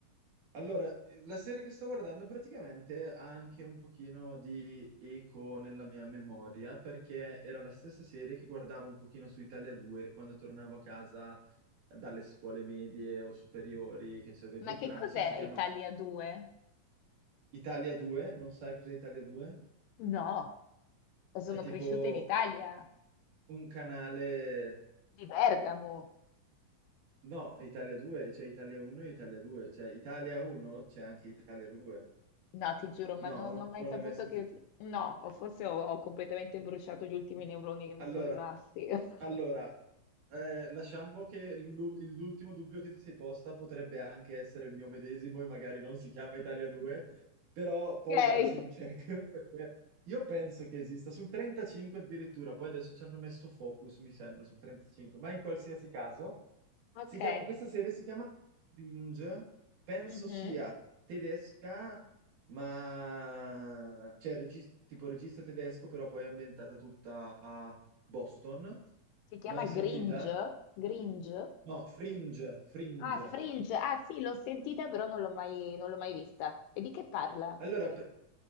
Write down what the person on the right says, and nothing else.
Allora, la serie che sto guardando praticamente ha anche un pochino di eco nella mia memoria, perché era la stessa serie che guardavo un pochino su Italia 2 quando tornavo a casa dalle scuole medie o superiori che ci avevo
il
pranzo,
e si chiama
Fr-
Italia 2, non sai cos'è Italia 2?
È tipo
un canale...
No, Italia 2, c'è Italia 1 e Italia 2, cioè Italia 1 c'è anche Italia 2.
No,
non
l'hai mai sentito.
Allora,
allora eh, lasciamo che l'u- l'ultimo dubbio che ti sei posta potrebbe anche essere il mio medesimo e magari non si chiama Italia 2, però poi
dacci un check, <laughs> perché io penso che esista sul 35 addirittura, poi adesso ci hanno messo Focus, mi sembra, sul 35, ma in qualsiasi caso...
Si chiama, questa serie si chiama Cringe, penso
sia tedesca, ma cioè regis- tipo regista tedesco, però poi è ambientata tutta a Boston.
Mai
sentita?
No, Fringe, Fringe.
Allora, pr-